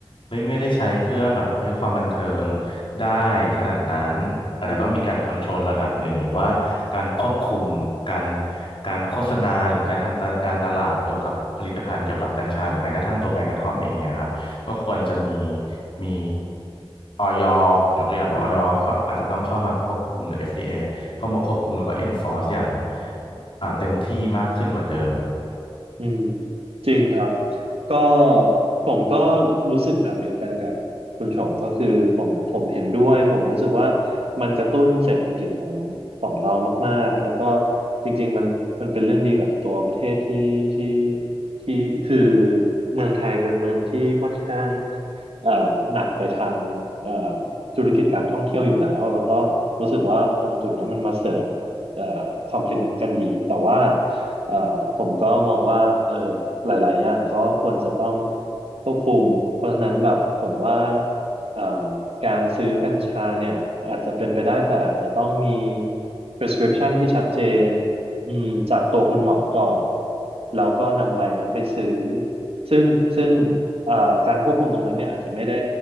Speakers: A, on the left; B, on the right.
A: เฮ้ยไม่ได้ใช้เพื่อแบบเอ้ยความบันเทิงได้ขนาดนั้นอาจจะต้องมีการ
B: อืม
A: control ระดับหนึ่งหรือว่าการควบคุมการการโฆษณาหรือการทำตะการตลาดเกี่ยวกับผลิตภัณฑ์เกี่ยวกับกัญชาหรือแม้กระทั่งตัวใบกระท่อมเองเนี่ยครับ ก็ควรจะมีมีออยยกตัวอย่างเนอะออยเขาอาจจะต้องเข้ามาควบคุมหรือ
B: อืม
A: FDA เอเข้ามาควบคุมแล้วก็ enforce อย่างอ่าเต็มที่มากขึ้นกว่าเดิม
B: อืมจริงครับก็ผมก็รู้สึกแบบเดียวกันกับคุณชงก็คือผมผมเห็นด้วยผมรู้สึกว่ามันกระตุ้นเศรษฐกิจของของเรามากๆแล้วก็จริงๆมันมันเป็นเรื่องดีกับตัวประเทศที่ที่ที่คือเมืองไทยเป็นเมืองที่ค่อนข้างเอ่มหนักไปทางเอ่มธุรกิจการท่องเที่ยวอยู่แล้วแล้วก็รู้สึกว่าตรงจุดเนี้ยมันมาเสริมเอ่อ complement กันดีแต่ว่า เอ่อผมก็มองว่าเออหลายๆอย่างก็ควรจะต้องควบคุมเพราะฉะนั้นแบบผมว่าเอ่มการซื้อกัญชาเนี่ยอาจจะเป็นไปได้แต่อาจจะต้องมี prescription ที่ชัดเจนอืมจากตัวคุณหมอก่อนแล้วก็นำใบนั้นไปซื้อซึ่งซึ่งเอ่อการควบคุมตรงนั้นเนี่ยอาจจะไม่ได้